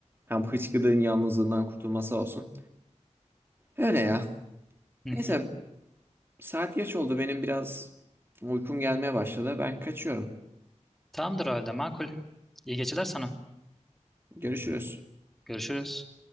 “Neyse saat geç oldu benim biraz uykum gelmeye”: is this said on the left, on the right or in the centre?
Right